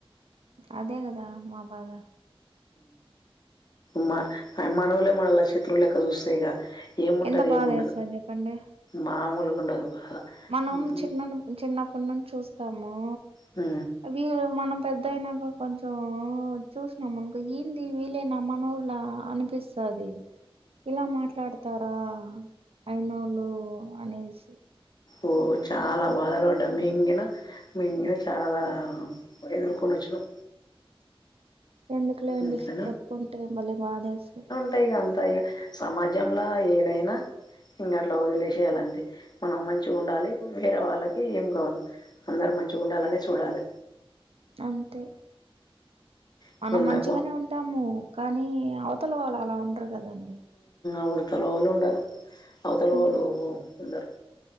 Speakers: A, on the right (about 75°); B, on the left (about 45°).
A: అదే కదా మా బాధ
B: మా మనోళ్లే మనలా శత్రులెక్క చూస్తే ఇగ ఏముంటది
A: ఎంత బాధ
B: ఏముండదు
A: వేస్తది చెప్పండి
B: మామూలుగా ఉండదు బాధ
A: మనం చిన్న చిన్నప్పటి నుంచి చూస్తాము
B: ఉ
A: వీళ్ళ మనం పెద్దయినాక కొంచెం చూసినామనుకో ఏంది వీలేేనా మనోళ్ళా అని పిస్తాది ఇలా మాట్లాడతారా అయినోళ్ళు అనేసి
B: ఓ చాలా బాధలు పడ్డాం మేంగిన మేమ్గీన చాలా ఎదుర్కొను వచ్చీనం
A: ఎందుకులేండి
B: అట్లనే
A: చెప్పుకుంటే మళ్ళీ బాధేస్త
B: అంట ఇక అంతా ఇగ సమాజంల ఏదైనా ఇంకా అట్లా వదిలేసేయాలంతే మనం మంచిగా ఉండాలి వేరే వాళ్ళకి ఏం కావోద్దు అందరూ మంచిగా ఉండాలనే చూడాలి
A: అంతే
B: ఇప్పుడున్న
A: మనం మంచిగానే ఉంటాము కానీ అవతల వాళ్ళు అలా ఉండరు కదండి
B: అవతలవాళ్ళు ఉండరు అవితలవాళ్ళు
A: ఉండరు
B: ఉండరు